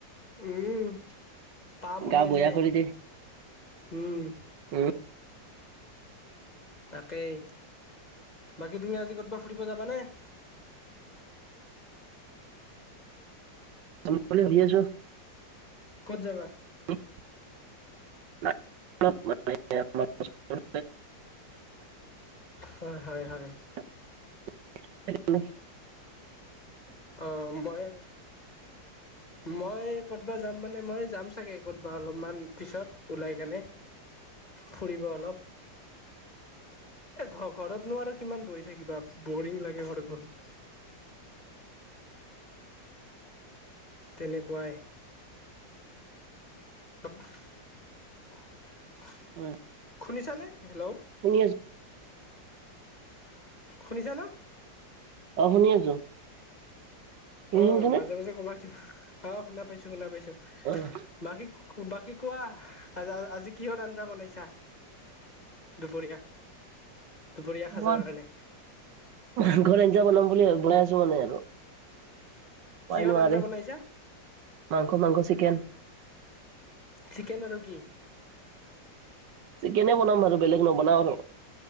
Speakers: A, on the left; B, on the right.
A: উম পাম ওলাই
B: গা বেয়া
A: যায়
B: কৰি দিয়ে।
A: উম
B: উম
A: তাকেই বাকী তুমি আজি কৰবাত ফুৰিব যাবানে?
B: যাম বুলি ভাবি আছো।
A: ক'ত যাবা?
B: <unintelligible>
A: হয়, হয়, হয়।
B: <unintelligible>
A: অহ মই মই ক'তবা যাম মানে মই যাম চাগে কৰবাত অলপমান পিছত উলাই কেনে ফুৰিব অলপ। এ ঘ ঘৰতনো আৰু কিমান বহি থাকিবা বৰিং লাগে ঘৰত বহি। তেনেকুৱাই। <inaudible>
B: উম
A: শুনিছা নে? হেল্ল'!
B: শুনি আছোঁ।
A: শুনিছা ন?
B: অঁ শুনি আছো। তুমি
A: অ
B: শুনিছানে?
A: মাজে মাজে কবা কি অঁ শুনা পাইছো শুনা পাইছো।
B: <unintelligible>
A: বাকী বাকী কোৱা আ আজি কিহৰ আঞ্জা বনাইছা? দুপৰীয়া দুপৰীয়া সাজৰ
B: মই
A: কাৰণে?
B: ঘৰত আঞ্জা বনাম বুলি বনাই আছো মানে আৰু। মাই
A: কিহৰ
B: নোৱাৰে,
A: আঞ্জা বনাইছা
B: মাংস মাংস চিকেন।
A: চিকেন আৰু কি?
B: চিকেনে বনাম আৰু বেলেগ নবনাও আৰু।